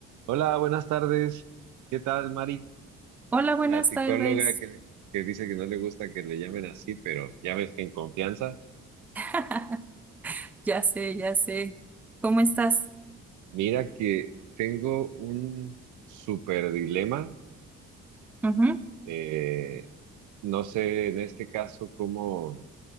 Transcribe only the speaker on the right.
Hola, buenas tardes. ¿Qué tal, Mari?
La psicóloga
que, que dice que no le gusta que le llamen así, pero ya ves que en confianza.
Mira que tengo un súper dilema.
Eh, no sé en este caso cómo,